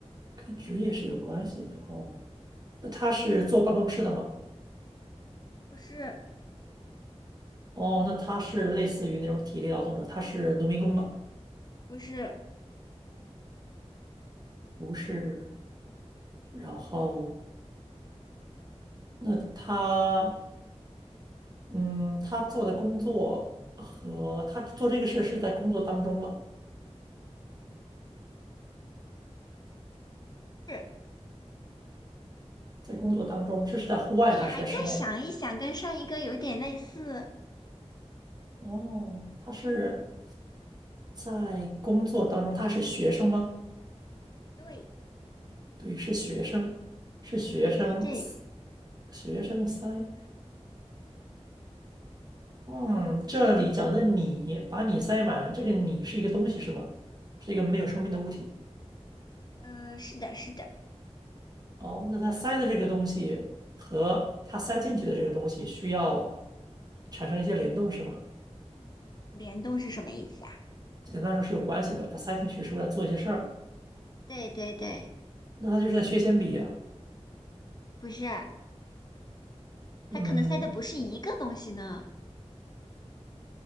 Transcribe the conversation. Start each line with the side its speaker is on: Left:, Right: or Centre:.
Right: 跟职业是有关系的哦。那他是坐办公室的吗？
Left: 不是，
Right: 哦，那他是类似于那种体力劳动者，他是农民工吗？
Left: 不是，
Right: 不是。然后，那他嗯，他做的工作和他做这个事是在工作当中吗？
Left: 是
Right: 在工作当中，是是在户外还是在室内？
Left: 你还再想一想，跟上一个有点类似。
Right: 哦，他是在工作当中，他是学生吗？
Left: 对，
Right: 对，是学生，是学生，
Left: 对对对，
Right: 学生塞。嗯，这里讲的你，把你塞满，这个你是一个东西是吗？是一个没有生命的物体。
Left: 呃，是的，是的，
Right: 哦，那他塞的这个东西和他塞进去的这个东西需要产生一些联动是吗？
Left: 联动是什么意思啊？
Right: 简单来说是有关系的。他塞进去是为了做一些事儿，
Left: 对对对，
Right: 那他就是在削铅笔啊。
Left: 不是，
Right: 嗯，
Left: 他可能塞的不是一个东西呢。